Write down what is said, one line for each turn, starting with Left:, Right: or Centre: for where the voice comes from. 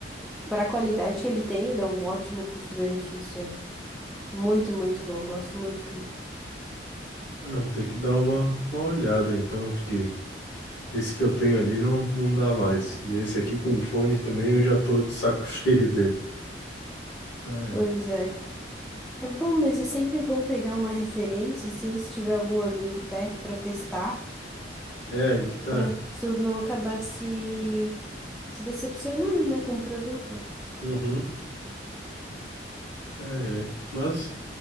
Centre: Para a qualidade que ele tem, ele é um ótimo custo-benefício. Muito, muito bom. Gosto muito dele.
Left: Ah, vou ter que dar uma, uma olhada então, porque esse que eu tenho ali não, não dá mais. E esse aqui com fone também eu já tô de saco <laughs> cheio dele. Ah,
Centre: Pois é. É bom, mas é sempre bom pegar uma referência, assim, se tiver algum amigo perto para testar,
Left: é. É aí que tá.
Centre: para tu não acabar se se decepcionando, né, com o produto.
Left: Uhum. É, é. Mas